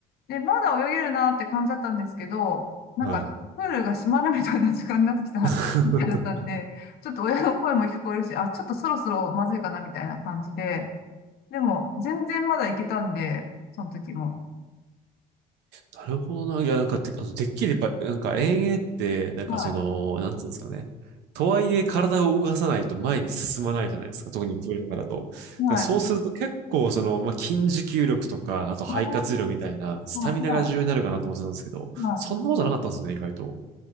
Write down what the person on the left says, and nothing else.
で、まだ泳げるなって感じだったんですけど、なんか、
プールが閉まるみたいな時間になってきた
<laughs> みたい <laughs> だったんで、ちょっと親の声も聞こえるし、あ、ちょっとそろそろまずいかなみたいな感じで、でも、全然まだ行けたんで、その時も。
はい。
はい。
あー
はい。はい。